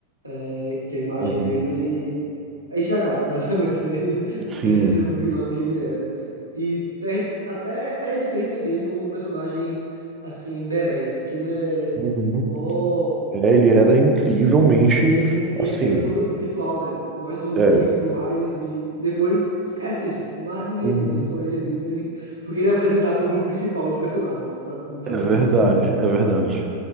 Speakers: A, on the right; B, on the right.
A: É que a imagem
B: uhum.
A: dele é enxagada, <laughs> basicamente, né? Ele
B: Sim.
A: deixa de ser o vilão que ele era. E perde até a essência dele como um personagem, assim, berés, né? Que ele é.
B: Uhum.
A: Mó
B: É, ele era incrivelmente,
A: tipo, tem
B: assim,
A: aquele todo ritual, né? Nós somos
B: é,
A: Negan e tudo mais, e depois esquece isso, tipo, mais ninguém
B: Uhum.
A: é Negan, só ele é Negan, e- <laughs> porque ele é apresentado pro grupo principal de personagens, sabe? Não faz
B: É verdade,
A: sentido nenhum.
B: é verdade.